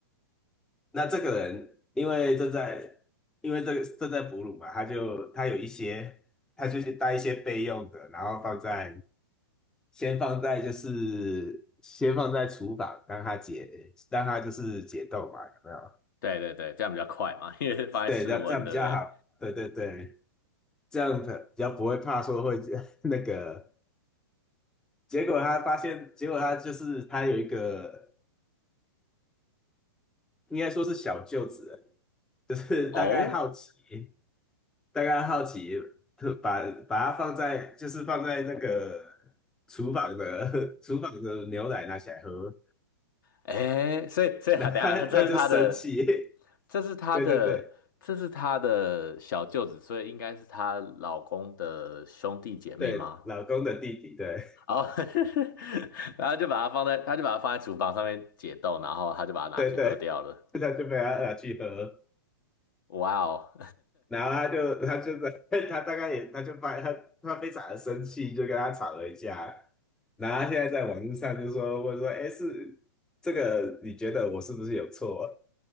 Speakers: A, in the centre; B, on the left.
A: 那这个人因为正在因为这个正在哺乳嘛，他就他有一些，他就是带一些备用的，然后放在先放在就是先放在厨房，让他解让他就是解冻嘛，有没有？
B: 对对对，这样比较快嘛，因为放在室温，
A: 对，这样这样比较好。
B: 对不对？
A: 对对对，这样比较不会怕说会 <laughs> 那个。结果他发现，结果他就是他有一个应该说是小舅子，就是大概好奇。
B: 哦，
A: 大概好奇，特把把它放在就是放在那个厨房的 <laughs> 厨房的牛奶拿起来喝，
B: 哎，所以所以他等一下，
A: <laughs> 那他他就生气，
B: 这是他的，
A: <laughs>
B: 这是他的，
A: 对对对
B: 这是他的小舅子，所以应该是她老公的兄弟姐妹吗？
A: 对，老公的弟弟，对
B: 哦，<laughs> 然后就把它放在，他就把它放在厨房上面解冻，然后他就把它拿去喝掉了。
A: <laughs> 对，他就被他拿去喝，
B: 哇哦，
A: 然后他就他就在 <laughs> 他大概也他就发他他非常的生气，就跟他吵了一架，然后他现在在网络上就说问说，哎，是这个你觉得我是不是有错？